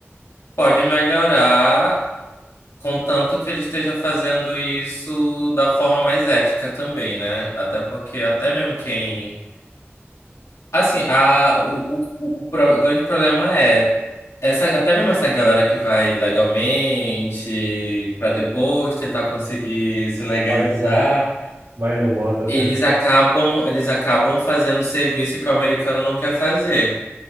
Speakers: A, on the left; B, on the right.
A: pode melhorar, contanto que ele esteja fazendo isso da forma mais ética também, né? Até porque até mesmo quem assim, a o, o, o, o pro- o grande problema é essa até mesmo essa galera que vai legalmente para depois tentar conseguir se legalizar,
B: Vai no, é, vai no voto,
A: eles
B: é.
A: acabam eles acabam fazendo serviço que o americano não quer fazer.